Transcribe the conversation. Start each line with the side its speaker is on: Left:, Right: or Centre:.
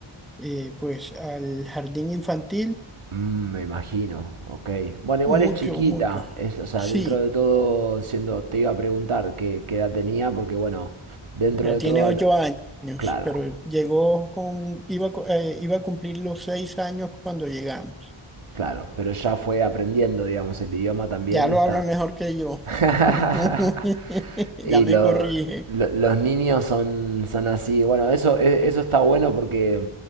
Centre: eh, pues, al jardín infantil,
Right: Mm, me imagino, ok. Bueno, igual
Centre: mucho,
Right: es chiquita,
Centre: mucho.
Right: es, o sea,
Centre: Sí,
Right: dentro de todo, siendo, te iba a preguntar qué, qué edad tenía, porque bueno, dentro
Centre: ya
Right: de
Centre: tiene
Right: todo, al-
Centre: ocho años,
Right: claro,
Centre: pero llegó con, iba, a cu- eh, iba a cumplir los seis años cuando llegamos.
Right: claro, pero ya fue aprendiendo, digamos, el idioma también
Centre: Ya
Right: está.
Centre: lo habla mejor que yo.
Right: <laughs>
Centre: <laughs> Ya
Right: Y
Centre: me
Right: lo-
Centre: corrige.
Right: lo- los niños son, son así. Bueno, eso, e- eso está bueno porque